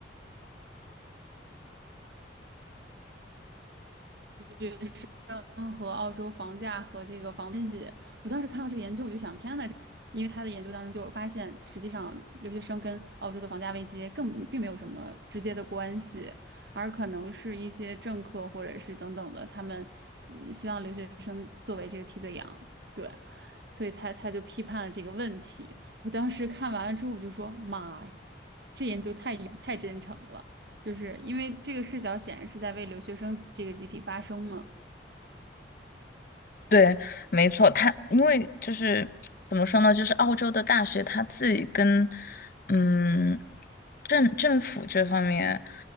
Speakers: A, on the right; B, on the left.
A: 学生和澳洲房价和这个房东西。我当时看到这个研究，我就想，天呐，因为他的研究当中就有发现，实际上留学生跟澳洲的房价危机更并没有什么直接的关系，而可能是一些政客或者是等等的，他们嗯希望留学生作为这个替罪羊，对。所以他他就批判了这个问题。我当时看完了之后，我就说：“妈呀，这研究太太真诚了！”就是因为这个视角显然是在为留学生这个集体发声嘛。
B: 对，没错，他因为就是怎么说呢，就是澳洲的大学他自己跟嗯政政府这方面，